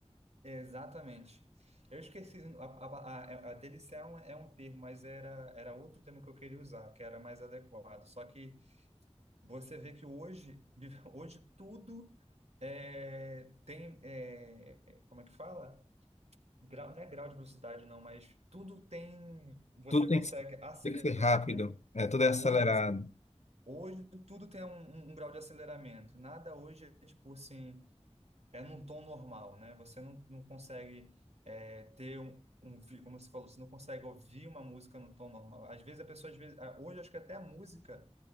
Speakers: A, on the right (about 70°); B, on the left (about 80°).
A: Exatamente. Eu esqueci, a, a, a, é, a delição é um é um termo, mas era, era outro termo que eu queria usar, que era mais adequado. Só que você vê que hoje, de- <laughs> hoje tudo é, tem, é, como é que fala? Grau, não é grau de velocidade, não, mas tudo tem, você
B: Tudo tem
A: consegue
B: que,
A: acelerar,
B: tem que ser rápido,
A: né?
B: é, tudo é acelerado.
A: Hoje você, hoje tudo tem um, um um grau de aceleramento. Nada hoje é tipo assim, é num tom normal, né? Você não, não consegue é, ter um, um, vi- como você falou, você não consegue ouvir uma música num tom normal. Às vezes a pessoa, às vezes, ah, hoje acho que até a música